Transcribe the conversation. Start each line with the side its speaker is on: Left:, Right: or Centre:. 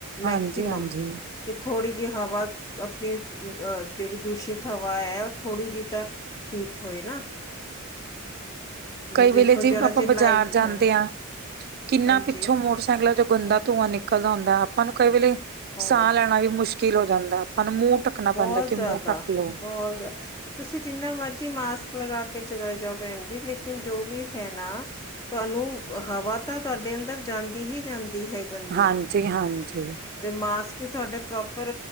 Right: ਹਾਂਜੀ
Left: ਮੈਕਸੀਮਮ
Right: ਹਾਂਜੀ
Left: ਕਿ ਥੋੜੀ ਜਿ ਹਵਾ- ਆਪਣੀ ਅਹ ਜਿਹੜੀ ਦੂਸ਼ਿਤ ਹਵਾ ਹੈ ਉਹ ਥੋੜ੍ਹੀ ਜਿਹੀ ਤਾਂ ਠੀਕ ਹੋਏ ਨਾ ਹੁਣ
Right: ਕਈ
Left: ਦੇਖੋ
Right: ਵੇਲੇ ਜੀ
Left: ਜਿਹੜਾ
Right: ਆਪਾਂ
Left: ਜੇ
Right: ਬਾਜ਼ਾਰ
Left: ਲਾਈਟ
Right: ਜਾਂਦੇ
Left: ਹੈ
Right: ਹਾਂ ਕਿੰਨਾ
Left: ਹਾਂਜੀ
Right: ਪਿੱਛੋਂ ਮੋਟਰਸਾਈਕਲਾਂ ਚੋ ਗੰਦਾ ਧੂੰਆਂ ਨਿਕਲਦਾ ਹੁੰਦਾ ਆਪਾਂ ਨੂੰ ਕਈ ਵੇਲੇ
Left: ਬਹੁਤ
Right: ਸਾਹ ਲੈਣਾ ਵੀ ਮੁਸ਼ਕਿਲ ਹੋ ਜਾਂਦਾ। ਨੂੰ ਮੂੰਹ ਢੱਕਣਾ
Left: ਬਹੁਤ
Right: ਪੈਂਦਾ ਕਿ
Left: ਜ਼ਿਆਦਾ
Right: ਮੂੰਹ ਢੱਕ ਲਓ
Left: ਬਹੁਤ ਤੁਸੀਂ ਜਿੰਨਾ ਮਰਜੀ ਮਾਸਕ ਲਗਾ ਕੇ ਚਲਾ ਜਾਓ ਭੈਣ ਜੀ ਲੇਕਿਨ ਜੋ ਵੀ ਹੈ ਨਾ ਤੁਹਾਨੂੰ ਹਵਾ ਤਾਂ ਤੁਹਾਡੇ ਅੰਦਰ ਜਾਂ- ਦੀ ਹੀ ਜਾਂਦੀ ਹੈ ਗੰਦੀ
Right: ਹਾਂਜੀ ਹਾਂਜੀ
Left: ਤੇ ਮਾਸਕ ਤੇ ਤੁਹਾਡੇ ਪ੍ਰੋਪਰ